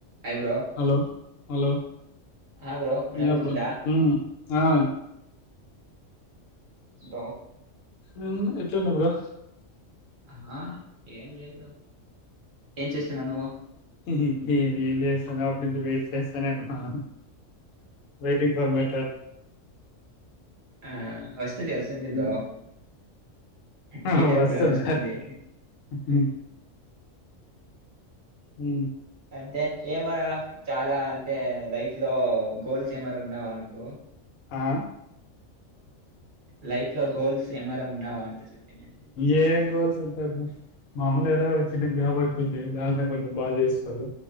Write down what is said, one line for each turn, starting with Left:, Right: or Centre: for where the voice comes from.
Right: హా bro
Left: hello hello
Right: ఆ bro వినపడుతుందా
Left: ఎ బ్రో ఆ
Right: ా
Left: ఉ ఎట్లా ఉన్నా బ్రో
Right: హా ఏం లేదు బ్రో ఏం చేస్తున్నా నువ్వు
Left: ఇది ఏ న సటి ను వెయి ఇంకేంటి మల్ల వెయిటింగ్ ఫర్ మై
Right: ఆ వస్తుంది వస్తుంది
Left: హ్మ్.
Right: బ్రో
Left: ఆ!
Right: నీ టైం
Left: వస్తుందా?
Right: కూడా వస్తుంది
Left: హ్మ్. హ
Right: అంటే ఏమరా చాలా అంటే లైఫ్ లో గోల్స్ ఏమరా ఉన్నావా అనకు
Left: ఆ
Right: లైఫ్ లో గోల్స్ ఏమరా ఉన్నావా అంత చెప్పి నేను
Left: ఏ గోల్స్ అంతా మామలు ఏదా వచ్చి గ్యాబడుచ్చంది ద కొంచెం బాగా చేస్తకోు